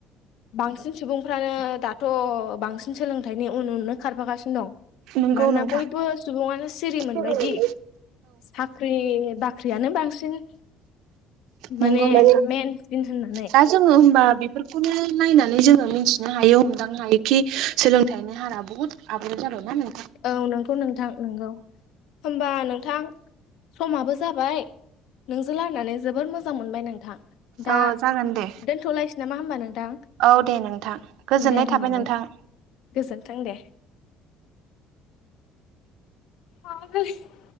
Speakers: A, on the left; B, on the right.
A: बांसिन सुबुंफ्रानो दाथ' बांसिन सोलोंथाइनि उन उननो खारफागासिनो दं
B: नंगौ
A: मानोना
B: नोंथां
A: बयबो सुबुङानो सिरि मोनबायदि
B: औ
A: साख्रि बाख्रियानो बांसिन
B: नंगौ
A: माने
B: नोंथां
A: मेन जिन्स होनना
B: दा जोङो होमबा बेफोरखौनो नायनानै जोङो मिथिनो हायो हमदांनो हायोखि सोलोंथाइनि हारा बुहुत आपग्रेड जाबाय ना नों
A: औ नोंगौ नोंथां नोंगौ होमबा नोंथां समाबो जाबाय नोंजों रायलायनानै जोबोर मोजां मोनबाय नोंथां दा
B: औ जागोन दे
A: दोनथलायसै नामा होमबा नोंथां
B: औ दे नोंथां गोजोननाय
A: दे होमबा
B: थाबाय नोंथां
A: गोजोन्थों दे <unintelligible>